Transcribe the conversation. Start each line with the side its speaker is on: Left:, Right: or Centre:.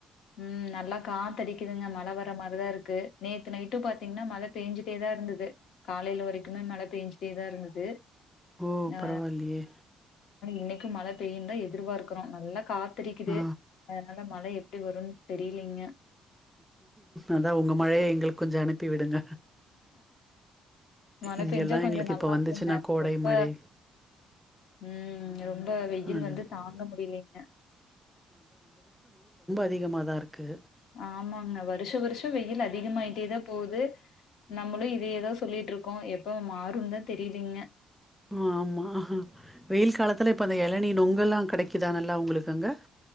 Left: ம் நல்லா காத்தடிக்குதுங்க மழ வ ர்ற மாரிதா இருக்கு நேத்து நைட்டும் பாத்திங்னா மழ பேஞ்சிட்டேதா இருந்துது காலைல வரைக்குமே மழ பேஞ்சிட்டேதா இருந்துது
Centre: ஓ
Left: ஆ
Centre: பரவாயில்லையே
Left: இன்னைக்கும் மழ பெய்யின்தா எதிர்பாக்குறோ நல்ல கா த்தடிக்குது
Centre: ஆ
Left: அதனால மழை எப்டி வரும்னு தெரிலீங்க
Centre: அதா உங்க மழைய எங்களுக்கு கொஞ்சோ அனுப்பி விடுங்க
Left: மழ
Centre: இங்கெல்லாம்
Left: பேஞ்சா கொஞ்சோ
Centre: எங்களுக்கு
Left: நல்லா
Centre: இப்ப வந்துச்சுன்னா
Left: இருக்குங்க
Centre: கோடை
Left: ரொம்ப,
Centre: மழை
Left: ம் ரொம்ப வெயில்
Centre: அதுதான்
Left: வந்து தாங்க முடிலீங்க
Centre: அதிகமாதா இருக்கு
Left: ஆமாங்க வருஷா வருஷம் வெயில் அதிகமாயிட்டேதா போவுது நம்மளு இதேதா சொல்லிட்ருக்கோ எப்ப மாறுன்னுதா தெரியலீங்க
Centre: ஆ ஆமா வெயில் காலத்துல இப்ப அந்த எளநி நொங்கெல்லா கெடைக்குதா நல்லா உங்களுக்கு அங்க